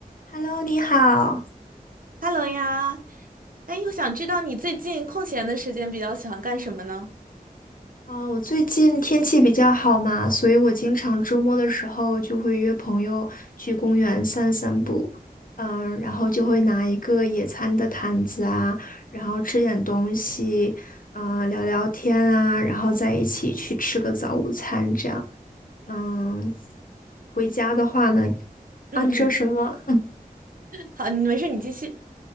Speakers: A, on the left; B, on the right.
A: Hello，你好。
B: Hello 呀，哎，我想知道你最近空闲的时间比较喜欢干什么呢？
A: 嗯，我最近天气比较好嘛，所以我经常周末的时候就会约朋友去公园散散步。嗯，然后就会拿一个野餐的毯子啊，然后吃点东西，嗯，聊聊天啊，然后在一起去吃个早午餐这样。嗯，回家的话呢，
B: 嗯嗯，
A: 啊，你说什么？
B: 好，你没事，你继续。